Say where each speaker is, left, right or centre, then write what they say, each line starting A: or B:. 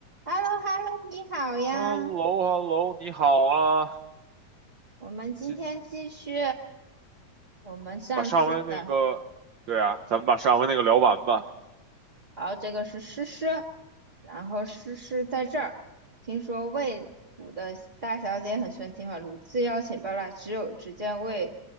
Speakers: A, on the right; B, on the right.
A: h e l l o h e l l o 你好呀！
B: h e l l o h e l l o 你好啊！
A: 我们今天继续
B: 今
A: 我们上次的，
B: 把上回那个，对啊，咱们把上回那个聊完吧。
A: 然后这个是诗诗，然后诗诗在这儿。听说魏府的大小姐很喜欢听话，屡次邀请包揽，只有只见魏，